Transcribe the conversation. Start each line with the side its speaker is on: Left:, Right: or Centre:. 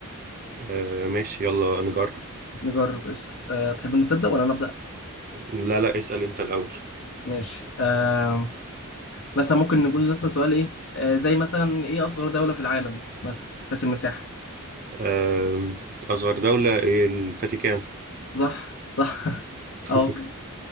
Right: آه، ماشي يلا نجرب
Left: نجرب قشطة أه تحب أن تبدأ ولا أنا أبدأ؟
Right: لا لا اسال انت الاول
Left: ماشي أه مثلا ممكن نقول مثلا سؤال ايه آه، زي مثلا ايه اصغر دولة في العالم مثلا حيث المساحة
Right: آم، اصغر دوله إيه؟ الفاتيكان
Left: صح صح <laughs>
Right: <laughs>
Left: اه ممكن